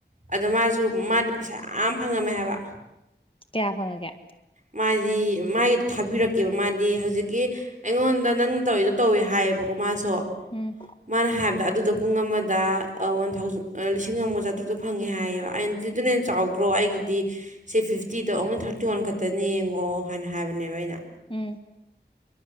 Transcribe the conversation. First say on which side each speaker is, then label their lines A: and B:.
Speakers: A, on the right; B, on the left.
A: ꯑꯗꯣ ꯃꯥꯁꯨ ꯃꯥꯗꯤ ꯄꯩꯁꯥ ꯌꯥꯝ ꯐꯪꯉꯝꯃꯦ ꯍꯥꯏꯕ
B: ꯀꯌꯥ ꯐꯪꯉꯒꯦ
A: ꯃꯥꯁꯤ ꯃꯥꯒꯤꯗꯣ ꯊꯥꯕꯤꯔꯛꯀꯦꯕ ꯃꯥꯗꯤ ꯍꯧꯖꯤꯛꯀꯤ ꯑꯩꯉꯣꯟꯗ ꯅꯪꯅ ꯇꯧꯔꯤꯗꯣ ꯇꯧꯋꯦ ꯍꯥꯏꯌꯦꯕꯀꯣ ꯃꯥꯁꯨ
B: ꯎꯝ
A: ꯃꯅ ꯍꯥꯏ ꯑꯗ ꯑꯗꯨꯗ ꯄꯨꯡ ꯑꯃꯗ ꯋꯥꯟ ꯊꯥꯎꯖꯟ ꯂꯤꯁꯤꯡ ꯑꯃꯒ ꯆꯥꯇ꯭ꯔꯨꯛꯇ ꯐꯪꯉꯦ ꯍꯥꯏꯌꯦꯕ ꯑꯩꯅꯗꯤ ꯑꯗꯨꯅ ꯍꯦꯟꯅ ꯆꯥꯎꯗ꯭ꯔꯣ ꯑꯩꯒꯤꯗꯤ ꯁꯤ ꯐꯤꯐꯇꯤꯗ ꯑꯣꯡꯂꯤ ꯊꯥꯔꯇꯤ ꯋꯥꯟ ꯈꯛꯇ ꯇꯅꯦ ꯌꯦꯡꯉꯣ ꯍꯥꯏꯅ ꯍꯥꯏꯕꯅꯦꯕ ꯑꯩꯅ
B: ꯎꯝ